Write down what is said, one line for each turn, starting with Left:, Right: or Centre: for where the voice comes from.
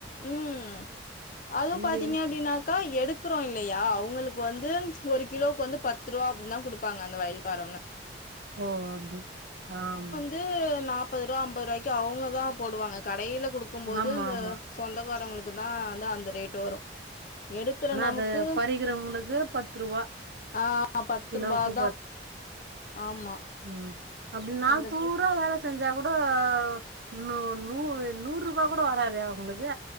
Left: உம் அது
Right: இங்க
Left: பாத்தீங்க
Right: இன்
Left: அப்டின்னா க எடுக்கிறோ இல்லையா அவுங்களுக்கு வந்து ஒரு கிலோக்கு வந்து பத்து ரூவா அப்டினு தா குடுப்பாங்க அந்த வயில்க் க்காரங்க
Right: ஓ அப்டி ஆம்
Left: து நாப்பது ரூவா அம்பது ரூவாய்க்கு அவுங்க தா போடுவாங்க கடையில குடுக்கும் போது
Right: ஆமா
Left: அந்த
Right: ஆமா
Left: சொந்தக்காரங்களுக்குதா அதா அந்த ரேட் வரு எடுக்கற
Right: ஆனா
Left: நமக்கு
Right: அத பறிக்கிறவங்களுக்கு பத்து ரூவா
Left: ஆ பத்து
Right: கிலோக்கு
Left: ரூபா தா ஆமா
Right: உம் அப்டி நாள்
Left: அந்த
Right: பூரா வேல செஞ்சா கூட கூட நு நூ நூறுபா கூட வராதே அவ்ங்களுக்கு